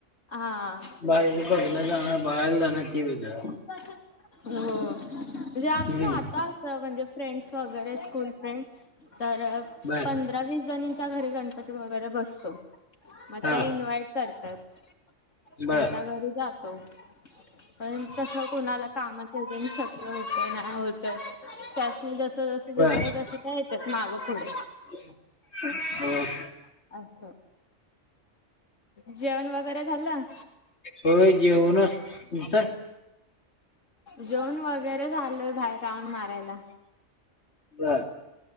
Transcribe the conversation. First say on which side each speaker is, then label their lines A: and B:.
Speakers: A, on the left; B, on the left.
A: हा
B: बाहेच बघण जाण, बघायला जाणार ते वेगळं.
A: हो म्हणजे आम्ही
B: हम्म
A: राहतो अस म्हणजे. फ्रेंड्स वगैरे स्कूल फ्रेंड तर
B: बर
A: पंधरा वीस जणीच्या घरी गणपती. पती वगैरे बसतो. मग
B: हा
A: त्या इन्व्हाइट करतात त्यांच्या
B: बर
A: घरी जातो. पण तस कोणाला कामाच जन शक्य होत नाही होत. त्यासनी तसं जसं जसं झेपत्या
B: बर
A: तसं त्या येतात मागं पुढे.
B: हो.
A: असं जेवण वगैरे झालं.
B: होय जेऊनच तुमचं.
A: जेवून वगैरे झालोय, बाहेर राऊंड मारायला.
B: बर.